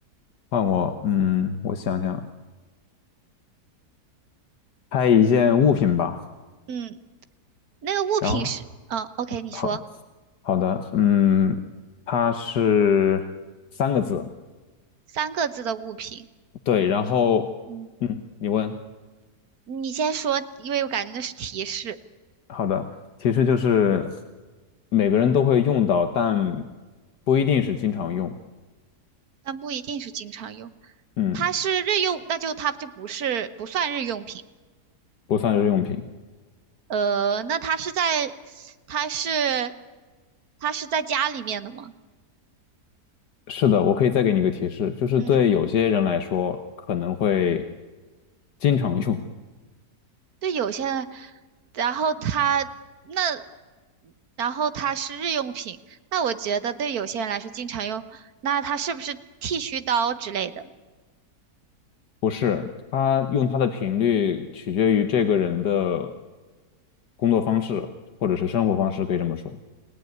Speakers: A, on the left; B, on the right.
A: 换我，嗯，我想想，拍一件物品吧。
B: 嗯，那个物品是，
A: 然后，
B: 嗯，OK，你说
A: 好，好的，嗯，它是三个字，
B: 三个字的物品，
A: 对。然后，
B: 嗯，
A: 嗯，你问。
B: 你先说，因为我感觉那是提示，
A: 好的，其实就是每个人都会用到，但不一定是经常用，
B: 但不一定是经常用。
A: 嗯，
B: 它是日用，那就它就不是不算日用品。
A: 不算日用品。
B: 呃，那它是在，它是，它是在家里面的吗？
A: 是的，我可以再给你一个提示，就是对有些人来说可能会
B: 嗯，
A: 经常用，
B: 对，有些，人，然后它那，然后它是日用品，那我觉得对有些人来说经常用，那它是不是剃须刀之类的？
A: 不是，他用它的频率取决于这个人的工作方式或者是生活方式，可以这么说，